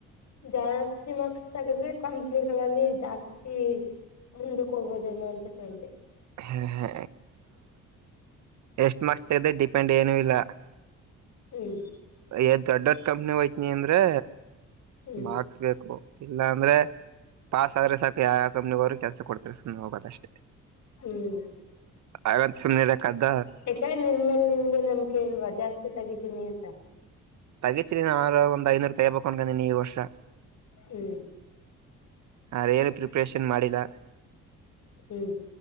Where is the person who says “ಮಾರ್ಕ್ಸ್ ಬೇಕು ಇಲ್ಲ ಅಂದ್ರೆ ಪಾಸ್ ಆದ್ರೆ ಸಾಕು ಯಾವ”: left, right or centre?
Right